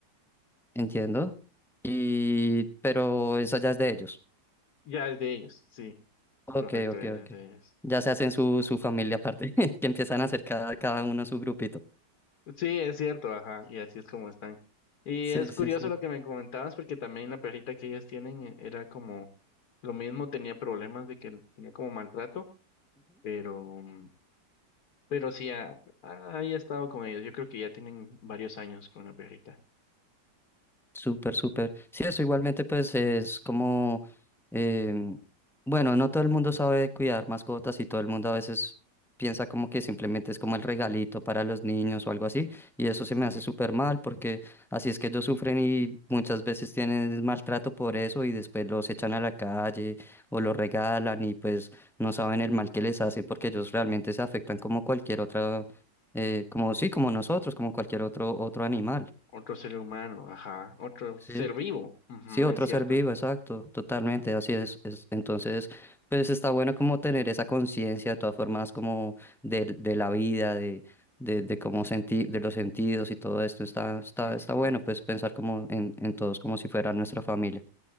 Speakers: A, in the centre; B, on the left.
A: Entiendo. Y, pero eso ya es de ellos.
B: Ya es de ellos, sí,
A: Ok,
B: correcto,
A: ok,
B: ya
A: ok.
B: es de ellos.
A: Ya se hacen su, su familia aparte, <laughs> que empiezan a hacer cada, cada uno su grupito.
B: Sí, es cierto, ajá, y así es como están. Y
A: Sí,
B: es curioso
A: sí, sí.
B: lo que me comentabas, porque también la perrita que ellas tienen eh, era como lo mismo, tenía problemas de que tenía como maltrato, pero, mm, pero sí, ha, ha- ahí he estado con ellos. Yo creo que ya tienen varios años con la perrita.
A: Súper, súper. Sí, eso igualmente pues es como, em, bueno, no todo el mundo sabe cuidar mascotas y todo el mundo a veces piensa como que simplemente es como el regalito para los niños o algo así y eso se
B: Sí,
A: me hace súper mal porque así es que ellos sufren y muchas veces tienen maltrato por eso y después los echan a la calle o los regalan y pues no saben el mal que les hacen porque ellos realmente se afectan como cualquier otra, eh, como sí, como nosotros, como cualquier otro, otro animal.
B: otro ser humano, ajá, otro
A: ¿sí?
B: ser vivo, ujú,
A: Sí, otro
B: es cierto.
A: ser vivo, exacto, totalmente, así es, es- Entonces, pues está bueno como tener esa conciencia de todas formas como del- de, la vida, de, de, de cómo sentir, de los sentidos y todo esto, está, está,
B: ujú.
A: está bueno pues pensar como en, en todos como si fuera nuestra familia.